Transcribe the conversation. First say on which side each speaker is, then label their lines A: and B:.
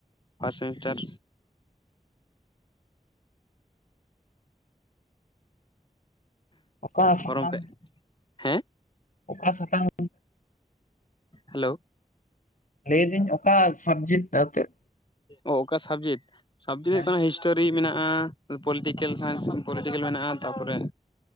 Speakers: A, on the left; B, on the left.
A: ᱯᱷᱟᱥ ᱥᱤᱢᱤᱥᱴᱟᱨ
B: ᱚᱠᱟ
A: ᱯᱷᱚᱨᱚᱢ
B: ᱥᱟᱛᱟᱢ
A: ᱯᱮ ᱦᱮᱸ
B: ᱚᱠᱟ ᱥᱟᱛᱟᱝ
A: ᱦᱮᱞᱳ
B: ᱞᱟᱹᱭᱫᱟᱹᱧ ᱚᱠᱟ ᱥᱟᱵᱽᱡᱮᱠᱴ ᱱᱛᱮᱫ
A: ᱚ ᱚᱠᱟ ᱥᱟᱵᱡᱮᱠᱴ ᱥᱟᱵᱡᱮᱠᱴ
B: ᱦᱮᱸ
A: ᱦᱩᱭᱩᱜ ᱠᱟᱱᱟ ᱦᱤᱥᱴᱨᱤ ᱴᱳᱨᱤ ᱢᱮᱱᱟᱜ-ᱟ ᱯᱚᱞᱤᱴᱤᱠᱮᱞ ᱥᱟᱭᱤᱱᱥ ᱯᱳᱞᱤᱴᱤᱠᱤᱞ ᱛᱟᱯᱚᱨᱮ